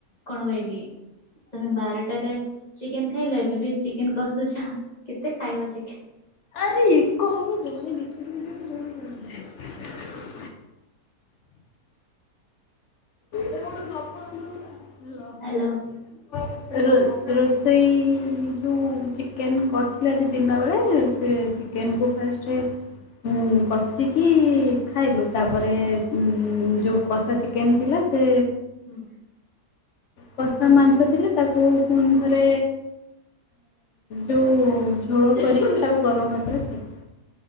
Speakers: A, on the left (about 25°); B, on the left (about 65°).
A: କଣ କହିବି। ତମେ ବାରଟାରେ ଚିକେନ ଖାଇଲେ ଏବେ ବି ଚିକେନ କଷୁଛ କେତେ ଖାଇବ ଚିକେନ।
B: ଆରେ ଏକ ହବ ଦଉନି <unintelligible> ସଉଦା କଣଟେ ଦବ <unintelligible>
A: ହ୍ୟାଲୋ।
B: ରୋ ରୋଷେଇ ଯୁ ହୁଁ ଚିକେନ କରିଥିଲେ ଯେ ଆଜି ଦିନ ବେଳେ ସେ ଚିକେନକୁ
A: ହୁଁ
B: ଫାଷ୍ଟେ। ହୁଁ କଷିକି ଖାଇଲୁ ତାପରେ ଉଁ ଯଉ କଷା ସିକ୍ କେମିନ୍ତି ଥିଲା ସେ
A: ହୁଁ।
B: କଷା ମାଂସ ଥିଲେ ତାକୁ ପୁଣିଥରେ ଯଉ ଝୋଳ କରିକି ତାକୁ ଗରମ ଭାତରେ କରି।